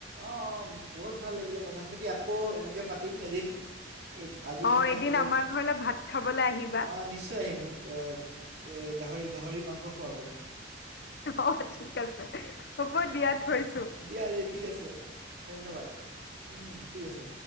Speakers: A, on the right (about 60°); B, on the left (about 60°).
A: অ', বহুত ভাল লাগিলে কথা পাতি আকৌ এনেকে পাতিম এদিন। এই আজিৰ
B: অ
A: কাৰণে
B: এদিন
A: এতিয়া,
B: আমাৰ ঘৰলে ভাত খাবলৈ আহিবা
A: অ', নিশ্চয় আহিম মোক এ গাহৰি-গাহৰি মাংস খুৱাব।
B: অ', ঠিক আছে হ'ব দিয়া থৈছোঁ।
A: দিয়া দিয়া ঠিক আছে, ধন্যবাদ। উম হুম ঠিক আছে।